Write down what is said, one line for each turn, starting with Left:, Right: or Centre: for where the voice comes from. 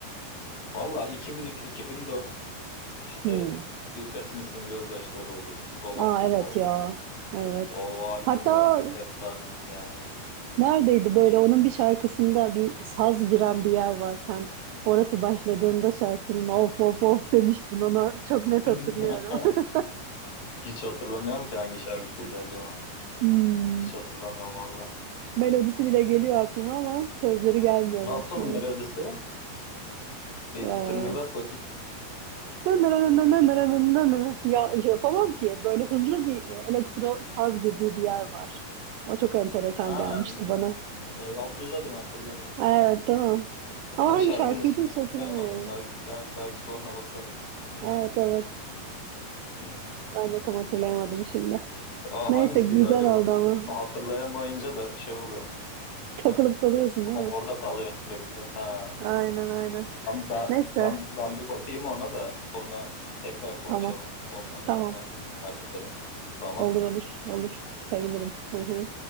Left: Valla 2003-2004 işte
Right: Hmm.
Left: Bir Pesimistin Gözyaşları olur, Romantizma
Right: Aa evet
Left: olur.
Right: ya. Evet.
Left: O albümler
Right: Hatta
Left: efsane yani.
Right: Neredeydi böyle onun bir şarkısında bir saz giren bir yer var sen. Orası başladığında şarkının of of of demiştin ona çok net
Left: <laughs>
Right: hatırlıyorum. <laughs>
Left: Hiç hatırlamıyorum ki hangi şarkısıydı acaba.
Right: Hmm.
Left: Hiç hatırlamıyorum valla.
Right: Melodisi bile geliyor aklıma ama sözleri gelmiyor
Left: Nasıl
Right: bak şu an.
Left: melodisi? Bir
Right: Ee,
Left: tıngırdat bakayım.
Right: <laughs> Ya şey yapamam ki böyle hızlı bir e, elektro saz girdiği bir yer var. O çok enteresan
Left: Ha,
Right: gelmişti
Left: dıgı dıgı
Right: bana.
Left: dıgı. Ee, hatırladım hatırladım.
Right: Evet tamam. Ama
Left: Lan
Right: hangi
Left: şarkının
Right: şarkıydı
Left: ismini
Right: hiç
Left: hatırlayamadım.
Right: hatırlamıyorum.
Left: Belki belki, belki sonra bakarım. Bilmiyorum.
Right: Evet evet
Left: Hmm.
Right: ben de tam hatırlayamadım şimdi.
Left: Aa,
Right: Neyse
Left: hangisiydi
Right: güzel
Left: acaba?
Right: oldu ama.
Left: Bu- Hatırlayamayınca da şey oluyorum.
Right: Takılıp
Left: Hani
Right: kalıyorsun
Left: kafam
Right: değil mi?
Left: orada kalıyor sürekli. Ha.
Right: Aynen aynen.
Left: Ben, ben,
Right: Neyse.
Left: ben, ben bir bakayım ona da sonra tekrar konuşalım.
Right: Tamam
Left: Ondan
Right: tamam.
Left: sonra halledelim. Tamam.
Right: Olur olur olur. Sevinirim. Hı hı.